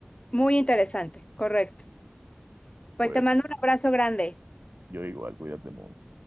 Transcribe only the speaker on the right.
Pues
yo igual, cuídate mucho.